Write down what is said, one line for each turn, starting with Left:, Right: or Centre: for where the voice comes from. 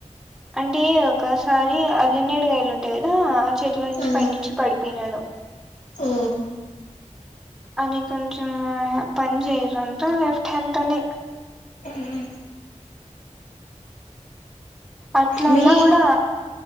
Centre: అంటే ఒక్కసారి అల్లినేడుగాయలు ఉంటాయి కదా ఆ చెట్ల నుంచి
Left: ఆ
Centre: పైనించి పడిపోయినాడు
Left: ఓ
Centre: అది కొంచెం పని చేయరంత లెఫ్ట్ హ్యాండ్ తోనే
Left: మ్ హు
Centre: అట్లా
Left: మీ
Centre: ఉన్నా కూడా